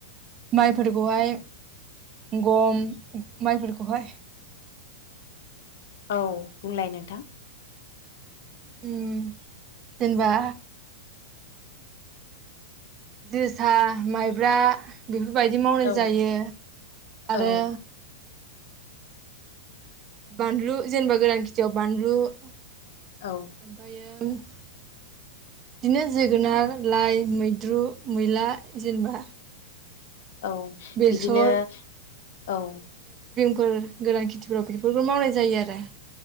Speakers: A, on the right; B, on the left.
A: माइफोरखौहाय गम माइफोरखौहाय
B: औ बुंलाय नोंथां।
A: उम जेनबा जोसा माइब्रा बि फोरबायदि मावनाय
B: औ
A: जायो आरो
B: औ
A: बानलु जेनबा गोरान खिथियाव बानलु ओमफायो
B: औ
A: बिदिनो जोगोनार लाइ मैद्रु मैला जेनेबा
B: औ
A: बेसर
B: बिदिनो औ।
A: फोर गोरान खेथिफोराव बेफोरखो मावनाय जायो आरो।